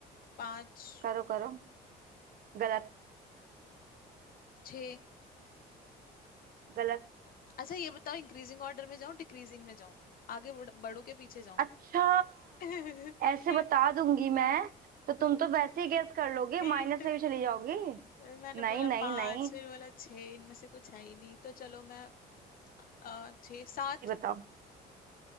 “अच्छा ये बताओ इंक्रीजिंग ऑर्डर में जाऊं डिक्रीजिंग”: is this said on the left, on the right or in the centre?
Left